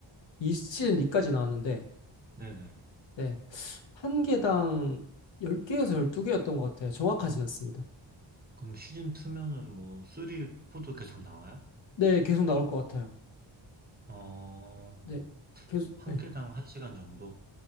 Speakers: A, on the left; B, on the right.
A: 이 시즌 2까지 나왔는데
B: 네네.
A: 네. 한 개당 10개에서 12개였던 것 같아요. 정확하진 않습니다.
B: 그럼 시즌 2면은 뭐 3, 4도 계속 나와요?
A: 네, 계속 나올 것 같아요.
B: 어,
A: 네, 계속,
B: 한
A: 네.
B: 개당 한 시간 정도?